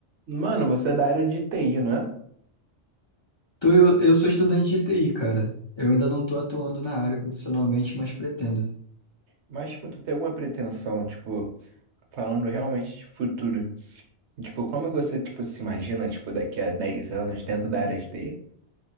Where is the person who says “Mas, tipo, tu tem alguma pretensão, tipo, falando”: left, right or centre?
Right